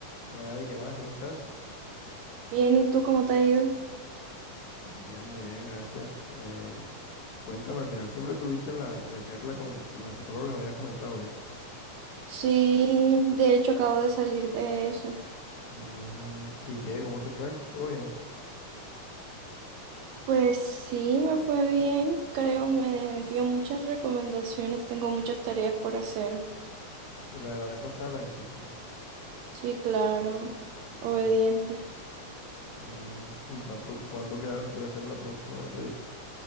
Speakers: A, on the left; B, on the right.
A: Hola Gaby, ¿qué más? ¿Cómo estás?
B: Bien, ¿y tú cómo te ha ido?
A: Muy bien, muy bien, gracias. Eh, cuéntame, al final siempre tuviste la, la charla con, con la psicóloga que me habías comentado hoy.
B: Sí, de hecho acabo de salir de eso.
A: Mm, ¿y qué? ¿Cómo te fue? ¿Todo bien?
B: Pues sí, me fue bien, creo, me dio muchas recomendaciones, tengo muchas tareas por hacer.
A: ¿Y la, la vez pasada las hiciste?
B: Sí, claro, obediente.
A: Mm, mm, ¿y cuánto, cuándo quedaron que iba a ser la próxima? ¿No te dijo?